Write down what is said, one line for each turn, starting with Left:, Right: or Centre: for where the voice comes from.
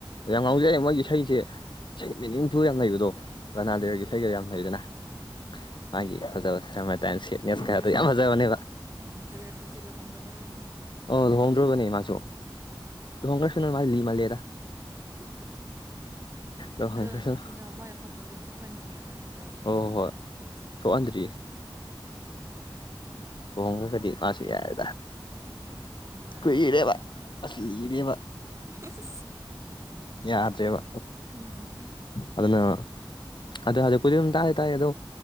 Left: ꯌꯥꯝ ꯉꯥꯎꯖꯩ ꯃꯣꯏꯒꯤ ꯏꯁꯩꯖꯦ ꯏꯁꯩ ꯃꯤꯅꯤꯡꯐꯨꯜ ꯌꯥꯝ ꯂꯩꯕꯗꯣ ꯔꯅꯥꯗꯤꯔꯒꯤ
Right: ꯎꯝ ꯎꯝ
Left: ꯏꯁꯩꯒ ꯌꯥꯝ ꯂꯩꯗꯅ
Right: ꯎꯝ ꯎꯝ ꯎꯝ
Left: ꯃꯥꯒꯤ ꯐꯖꯕ ꯁꯔꯃꯇꯥꯏꯝ ꯁꯦꯠꯂꯦꯀꯥ
Right: ꯇꯦꯂꯔ ꯁ꯭ꯋꯤꯐꯇꯤ
Left: ꯌꯥꯝ ꯐꯖꯕꯅꯦꯕ
Right: ꯇꯦꯂꯔ ꯁꯋꯤꯞꯁꯦ ꯂꯨꯍꯣꯡꯒꯗꯧꯔꯦꯅꯦ
Left: ꯑꯧ ꯂꯍꯣꯡꯗ꯭ꯔꯣꯕꯅꯦ ꯃꯥꯁꯨ ꯂꯍꯣꯡꯈ꯭ꯔꯁꯅꯨ ꯃꯥ ꯂꯤꯃꯜꯂꯦꯗ
Right: <inaudible>
Left: ꯂꯨꯍꯣꯡꯈ꯭ꯔꯁꯅꯨ
Right: ꯑꯥ ꯀꯩꯅꯣ ꯃꯣꯏ ꯐꯣꯇꯣꯗꯤ ꯊꯣꯛꯍꯟꯗ꯭ꯔꯤꯕꯅꯤ ꯀꯔꯤ ꯀꯔꯤ
Left: ꯍꯣꯏ ꯍꯣꯏ
Right: ꯇꯧ
Left: ꯍꯣꯏ
Right: ꯈꯪꯗꯦ
Left: ꯊꯣꯛꯍꯟꯗ꯭ꯔꯤ ꯍꯣꯡꯒꯔꯒꯗꯤ ꯃꯥꯁꯨ ꯌꯥꯔꯦꯗ
Right: ꯍꯣꯏ
Left: ꯀꯨꯏꯔꯦꯕ ꯑꯁ ꯂꯤꯂꯦꯕ
Right: ꯏꯁ
Left: ꯌꯥꯗ꯭ꯔꯦꯕ
Right: ꯎꯝ
Left: ꯑꯗꯨꯅ ꯑꯗ ꯍꯧꯖꯤꯛ ꯄꯨꯗꯤ ꯇꯥꯏ ꯇꯥꯏ ꯑꯗꯣ